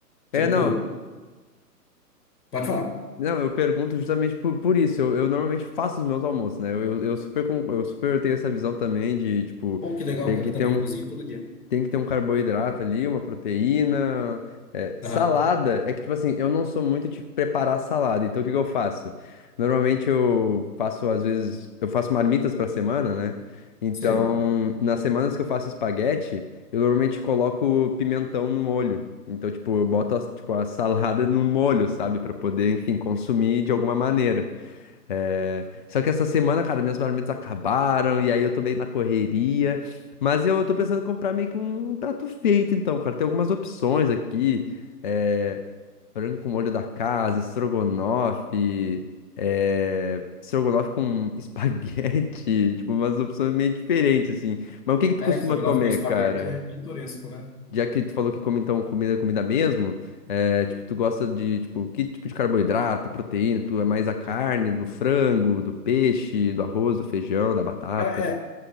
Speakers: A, on the left; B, on the left.
A: É,
B: Tipo,
A: não.
B: pode falar.
A: Não, eu pergunto justamente por, por isso. Eu, eu normalmente faço os meus almoços, né? Eu, eu, eu super, con- eu super tenho essa visão também de, tipo,
B: Pô, que legal,
A: tem
B: cara,
A: que
B: eu
A: ter
B: também
A: um,
B: cozinho todo dia.
A: tem que ter um carboidrato ali, uma proteína. é, salada,
B: Aham,
A: é que, tipo assim, eu não sou muito de preparar salada, então o que que eu faço? Normalmente eu faço, às vezes, eu faço marmitas pra semana, né? Então,
B: sei.
A: nas semanas que eu faço espaguete, eu normalmente coloco pimentão no molho. Então, tipo, eu boto, a- tipo, a <laughs> salada no molho, sabe? Pra poder, enfim, consumir de alguma maneira. É, Só que essa semana, cara, minhas marmitas acabaram e aí eu tô bem na correria. Mas eu tô pensando em comprar meio que um prato feito, então, cara. Tem algumas opções aqui. É... Frango com molho da casa, estrogonofe, é... estrogonofe com <laughs> espaguete. Tipo, umas opções meio diferentes, assim. Mas o que que tu
B: É,
A: costuma
B: estrogonofe
A: comer,
B: com espaguete
A: cara?
B: é pitoresco, né?
A: Já que tu falou que come então comida, comida mesmo, é, tipo, tu gosta de, tipo, que tipo de carboidrato, proteína, tu é mais a carne, do frango, do peixe, do arroz, do feijão, da batata?
B: Cara, é,